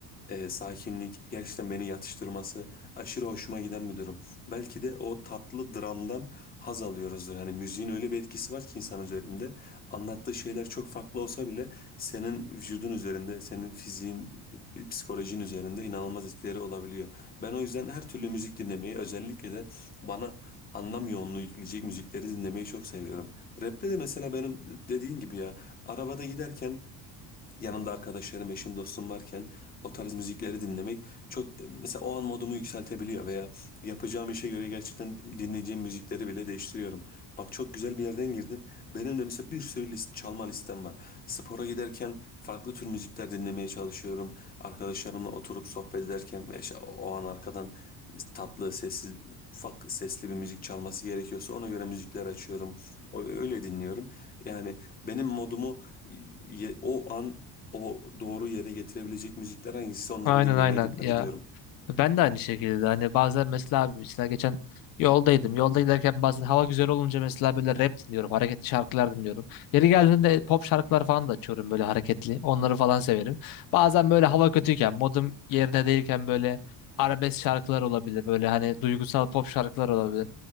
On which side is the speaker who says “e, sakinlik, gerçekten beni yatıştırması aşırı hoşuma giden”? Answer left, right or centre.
Left